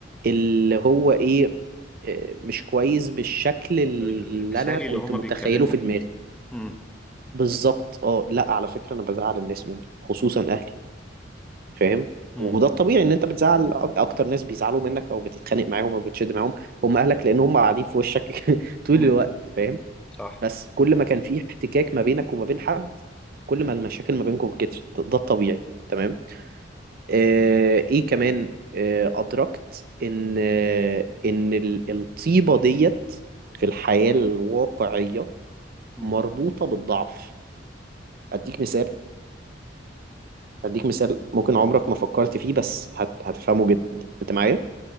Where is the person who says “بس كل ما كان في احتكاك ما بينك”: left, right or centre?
Right